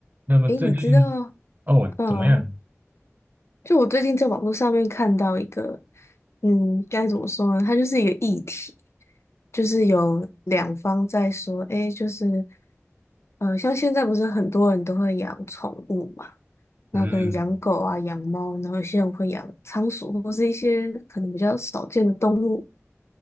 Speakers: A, on the right; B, on the left.
A: 那么最近
B: 诶，你知道，
A: 哦怎么样？
B: 嗯，就我最近在网络上面看到一个，嗯，该怎么说呢？它就是一个议题，就是有两方在说，诶，就是，呃，像现在不是很多人都会养宠物嘛，然后可能养狗啊、
A: 嗯，
B: 养猫，然后有些人会养仓鼠或是一些可能比较少见的动物。